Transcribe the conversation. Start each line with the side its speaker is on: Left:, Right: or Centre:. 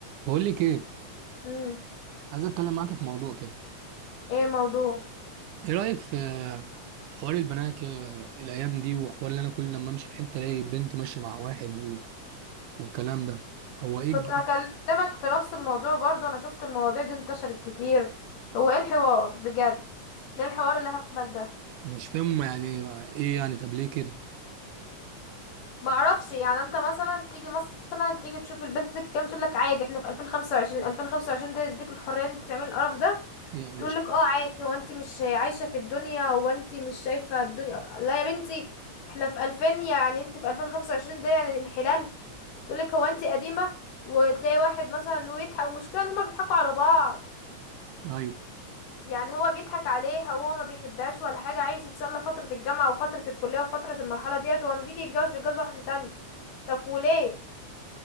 Right: بقول لك ايه
Left: امم
Right: عايز اتكلم معاك في موضوع كده
Left: ايه موضوع
Right: ايه رايك في حوار البنات يا الايام دي وحوار اللي انا كل لما امشي في حته الاقي بنت ماشيه مع واحد و... والكلام ده هو ايه
Left: كنت
Right: الج-
Left: هكلمك في نفس الموضوع برضو انا شفت المواضيع دي انتشرت كتير هو ايه الحوار بجد ايه الحوار اللي هبل ده
Right: مش فاهم يعني ايه يعني طب ليه كده
Left: ما اعرفش يعني انت مثلا تيجي مثلا تيجي تشوف البنت دي تتكلم تقول لك عادي احنا في 2025 2025 ده يديك الحريه ان انت تعمل القرف ده
Right: إيه يعني
Left: تقول
Right: مش
Left: لك اه عادي هو انت مش عايشه في الدنيا هو انت مش شايفه الدنيا لا يا بنتي احنا في 2000 يعني انت في 2025 ده يعني انحلال تقولك هو انتي قديمة وتلاقي واحد مثلا ويضحك والمشكلة ان هما بيضحكوا على بعض
Right: ايوه
Left: يعني هو بيضحك عليها وهو ما بيحبهاش ولا حاجة عايز يتسلى فترة الجامعة وفترة الكلية وفترة المرحلة ديت وهو لما بيجي يتجوز بيتجوز واحدة تانية طب وليه